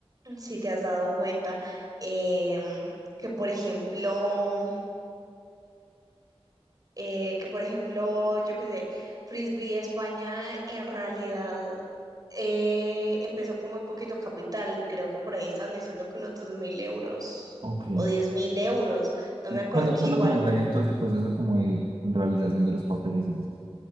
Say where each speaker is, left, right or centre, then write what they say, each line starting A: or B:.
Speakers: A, on the right; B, on the right.
A: si te has dado cuenta em, que, por ejemplo, eh, que, por ejemplo, yo qué sé, Frisbee España en realidad eh, empezó con muy poquito capital. Creo que por ahí están diciendo que unos dos mil euros
B: Ok.
A: o diez mil euros, no me acuerdo,
B: ¿Cuándo,
A: que
B: cuándo
A: igual.
B: comenzaría todo ese proceso como de realización de los papeles y eso?